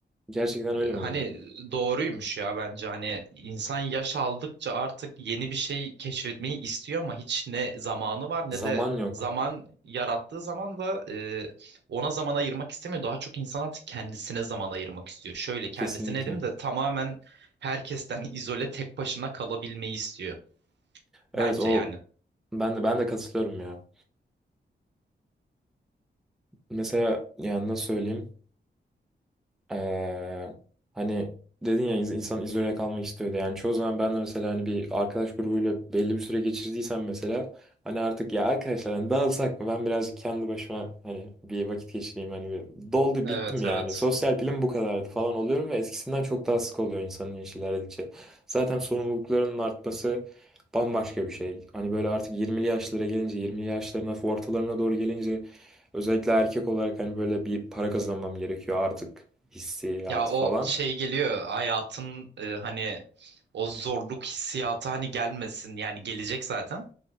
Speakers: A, in the centre; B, on the right.
A: Gerçekten
B: Ee,
A: öyle
B: Hani
A: mi oluyor?
B: doğruymuş ya bence. Hani insan yaş aldıkça artık yeni bir şey keşfetmeyi istiyor ama hiç ne zamanı var
A: Zaman
B: ne de
A: yok.
B: zaman yarattığı zaman da e, ona zaman ayırmak istemiyor. Daha çok insan artık kendisine zaman ayırmak istiyor. Şöyle kendisine
A: Kesinlikle.
B: dedim de tamamen herkesten izole tek başına kalabilmeyi istiyor.
A: Evet
B: Bence
A: o
B: yani.
A: ben de ben de katılıyorum ya. Mesela yani nasıl söyleyeyim? Ee, hani dedin ya iz- insan izole kalmak istiyordu. Yani çoğu zaman ben de mesela hani bir arkadaş grubuyla belli bir süre geçirdiysem mesela hani artık ya arkadaşlar hani dağılsak mı? Ben birazcık kendi başıma hani bir vakit geçireyim hani bir doldu
B: Evet
A: bittim yani.
B: evet.
A: Sosyal pilim bu kadardı falan oluyorum ve eskisinden çok daha sık oluyor insanın yaşı ilerledikçe. Zaten sorumluluklarının artması bambaşka bir şey. Hani böyle artık 20'li yaşlara gelince 20'li yaşların hafif ortalarına doğru gelince Özellikle erkek olarak hani böyle bir para kazanmam gerekiyor artık hissiyatı
B: Ya o
A: falan.
B: şey geliyor hayatın e, hani o zorluk hissiyatı hani gelmesin yani gelecek zaten